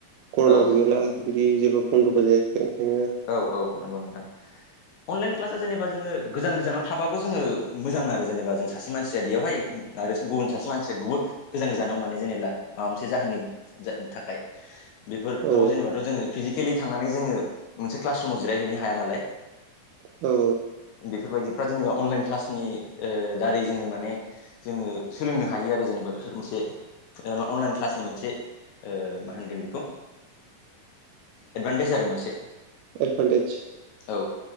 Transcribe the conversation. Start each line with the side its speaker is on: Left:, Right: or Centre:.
Right: करनाबो
Left: औ
Right: गैला बिदि जेबो बन्दबो जायाखै ओंखायनो
Left: औ औ नंगौ नोंथां अनलाइन क्लासा जेनेबा जोङो गोजान गोजानाव थाबो जोङो मोजां आरो जेनेबा जों सासे मानसिया बेयावहाय आरो गुबुन सासे मानसिया बहुत गोजान गोजानाव माने जेनेब्ला माबा मोनसे जाहोननि थाखाय बेफोराव
Right: औ
Left: जेनेबाथ जोङो फिजिकेलि थांनानै जोङो मोनसे क्लास रुमाव जिरायहैनो हाया नालाय
Right: औ
Left: बेफोरबायदिफ्रा जेनेबा अनलाइन क्लासनि ओ दारै जोङो माने जोङो सोलोंनो हायो आरो जेनेबा बेफोर मोनसे अनलाइन क्लासनि मोनसे ओ मा होनगोन बेखौ एडभान्टेज आरो मोनसे
Right: एडभान्टेज
Left: औ